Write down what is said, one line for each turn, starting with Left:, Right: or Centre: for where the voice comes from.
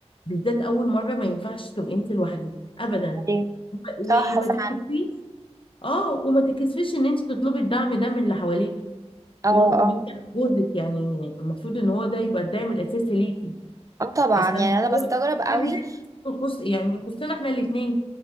Left: بالذات اول مره ما ينفعش تبقي انت لوحدك ابدا
Right: ايوه
Left: وما
Right: صح فعلا
Left: تكسفيش اه وما تكسفيش ان انت تطلبي الدعم ده من اللي حواليك
Right: اه
Left: و-
Right: اه
Left: وبالذات جوزك يعني المفروض ان هو ده يبقى الدعم الاساسي ليكي
Right: اه طبعا
Left: اصلا
Right: يعني
Left: الموضوع
Right: انا بستغرب قوي
Left: في بدايه يخص يعني يخصنا احنا الاثنين